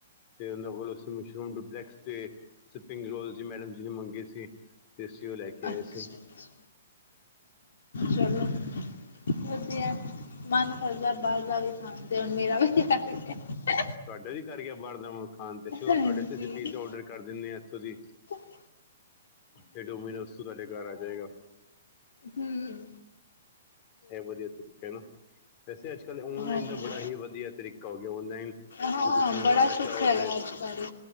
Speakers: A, on the left (about 35°); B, on the left (about 80°).
A: ਤੇ ਉਹਨਾਂ ਕੋਲੋਂ ਅਸੀਂ ਮਸ਼ਰੂਮ ਡੁਪਲੈਕਸ ਤੇ, ਸਪਿੰਗ ਰੋਲ ਜ ਮੈਡਮ ਜੀ ਨੇ ਮੰਗੇ ਸੀ। ਤੇ ਅਸੀਂ, ਉਹ ਲੈ ਕੇ
B: ਅੱਛਾ
A: ਆਏ ਸੀ।
B: ਅੱਛਾ ਚਲੋ
A: ਹ।
B: ਵਧੀਆ। ਮਨ ਕਰਦਾ ਬਾਹਰ ਦਾ ਵੀ ਖਾਂਣਦੇ, ਹੁਣ ਮੇਰਾ ਵੀ ਕਰ ਗਿਆ।
A: ਤੁਹਾਡਾ ਵੀ ਕਰ ਗਿਆ, ਬਾਹਰ ਦਾ ਹੁਣ ਖਾਣ ਤੇ, ਚਲੋ
B: ਹਾਂਜੀ।
A: ਤੁਹਾਡੇ ਆਸਤੇ ਅਸੀਂ ਪੀਜ਼ਾ ਔਡਰ ਕਰ ਦਿੰਦੇ ਹਾਂ, ਇੱਥੋਂ ਦੀ।
B: ਹ।
A: ਇਹ ਡੋਮੀਨੋਸ ਤੋਂ, ਤੁਹਾਡੇ ਘਰ ਆ ਜਾਏਗਾ।
B: ਹਮ।
A: ਇਹ ਵਧੀਆ ਤਰੀਕਾ ਹੈ ਨਾ, ਵੈਸੇ ਅੱਜ ਕੱਲ੍ਹ ਔਨਲਾਈਨ
B: ਹਾਂਜੀ
A: ਦਾ ਬੜਾ ਹੀ ਵਧੀਆ ਤਰੀਕਾ ਹੋ ਗਿਆ। ਔਨਲਾਈਨ
B: ਹਾਂ
A: ਜੇ ਕੁਛ ਮੰਗਵਾਉਣਾ
B: ਬੜਾ ਸੁੱਖ
A: ਚਾਹੋ
B: ਹੈਗਾ
A: ਤੇ,
B: ਅੱਜ ਕੱਲ